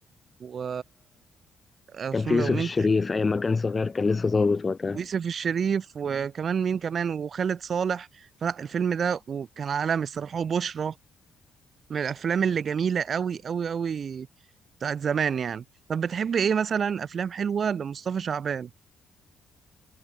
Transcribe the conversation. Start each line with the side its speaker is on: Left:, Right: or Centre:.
Right: و اسمه
Left: كان في يوسف
Right: ده ومين
Left: الشريف ايام ما كان صغير كان لسه ظابط وقتها
Right: ويوسف الشريف وكمان مين كمان وخالد صالح فلا الفيلم ده وكان عالمي الصراحة وبشرى من الأفلام اللي جميلة أوي أوي أوي بتاعت زمان يعني طب بتحب إيه مثلا أفلام حلوة لمصطفى شعبان